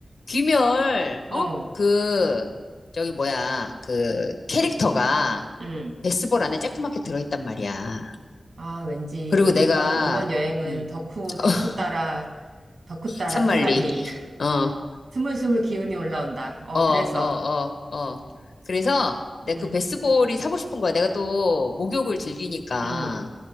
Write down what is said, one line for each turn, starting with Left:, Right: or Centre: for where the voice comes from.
Left: 귀멸, 어?
Right: 어.
Left: 그, 저기 뭐야, 그 캐릭터가
Right: 음.
Left: 베스볼 안에 쬐끄맣게 들어있단 말이야.
Right: 아, 왠지
Left: 그리고 내가,
Right: 이번 이번 여행은
Left: 음,
Right: 덕후 덕후
Left: 어, <laughs>
Right: 따라 덕후 따라
Left: 산말리,
Right: 산만리 <laughs>
Left: 어, 어,
Right: 스물스물 기운이 올라온다. 어,
Left: 어,
Right: 그래서
Left: 어, 어, 어. 그래서 내
Right: 음.
Left: 그 베스볼이 사고 싶은 거야. 내가 또 목욕을 즐기니까,
Right: 음.